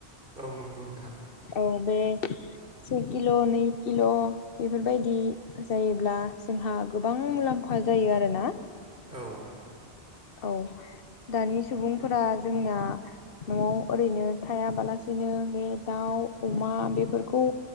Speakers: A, on the right; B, on the left.
A: औ नंगौ नोंथां
B: औ बे किल' नै किल' बेफोरबायदि जायोब्ला जोंहा गोबां मुलाम्फा जायो आरो ना
A: औ।
B: औ दानि सुबुंफोरा जोंना न'आव ओरैनो थायाबालासिनो। बे दाउ अमा बेफोरखौ